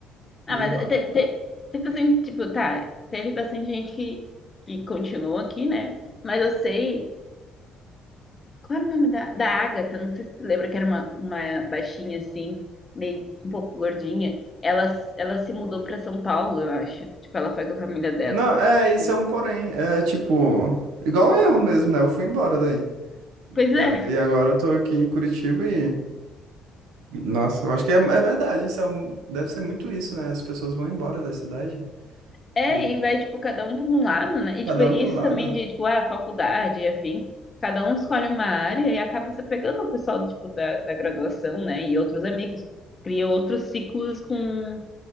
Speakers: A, on the left; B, on the right.
A: Ah,
B: Meio
A: mas
B: raro.
A: teve, teve, teve assim, tipo, tá, teve bastante gente que, que continuou aqui, né? Mas eu sei, qual era o nome da, da Agatha? Não sei se você lembra que era uma, uma baixinha assim, meio um pouco gordinha. Ela, ela se mudou pra São Paulo, eu acho. Tipo, ela foi com a família dela.
B: Não, é, isso
A: E-
B: é um porém. É tipo, igual eu mesmo, né? Eu fui embora daí.
A: pois
B: E,
A: é,
B: a- e agora eu tô aqui em Curitiba e. Nossa, eu acho que é, é verdade. Isso é um- deve ser muito isso, né? As pessoas vão embora da cidade.
A: É,
B: E
A: e vai, tipo, cada um para um lado, né? E,
B: cada
A: tipo, isso
B: um para um lado.
A: também de, tipo, ah, faculdade e afim cada um escolhe uma área e acaba se pegando o pessoal, tipo, da, da graduação, né? E outros amigos. Cria outros ciclos com,